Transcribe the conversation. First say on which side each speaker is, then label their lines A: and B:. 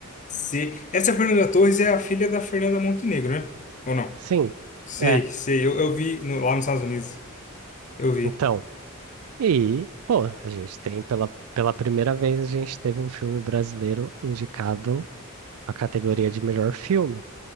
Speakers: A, on the left (about 35°); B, on the right (about 80°).
A: Sei. Essa Fernanda Torres é a filha da Fernanda Montenegro, né? Ou não?
B: Sim,
A: Sei,
B: é.
A: sei. Eu, eu vi no- lá nos Estados Unidos. Eu vi.
B: Então, E, pô, a gente tem, pela, pela primeira vez, a gente teve um filme brasileiro indicado à categoria de melhor filme.